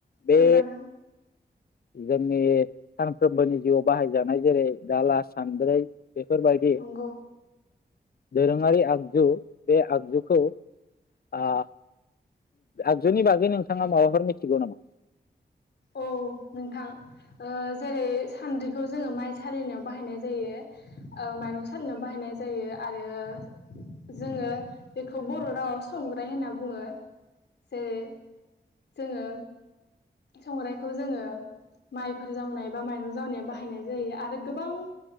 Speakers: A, on the left (about 90°); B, on the left (about 65°).
A: सोंजागोन
B: बे जोंनि सानफ्रोमबोनि जिउआव बाहायजानाय जेरै दाला-सानद्रि बेफोर बायदि
A: नंगौ
B: दोरोङारि आगजु बे आगजुखौ ओ आगजुनि बागै नोंथां। नोंथाङा माबाफोर मिथिगौ नामा?
A: औ नोंथां। ओ जेरै सान्द्रिखौ जोङो माइ सालिनायाव बाहायनाय जायो ओ माइरं सालिनायाव बाहायनाय जायो आरो जोङो बेखौ बर' रावाव संग्राय होनना बुङो जेरै जोङो संग्राइखौ जोङो माइफोर जावनाय बा माइरं जावनाया बाहायनाय जायो आरो गोबां